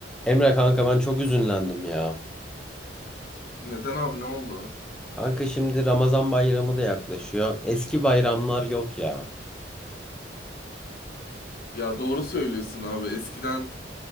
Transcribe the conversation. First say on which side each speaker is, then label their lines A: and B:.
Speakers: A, in the centre; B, on the left (about 55°).
A: Emre kanka ben çok üzünlendim ya.
B: Neden abi ne oldu?
A: Kanka şimdi Ramazan bayramı da yaklaşıyor. Eski bayramlar yok ya.
B: Ya doğru söylüyorsun abi. Eskiden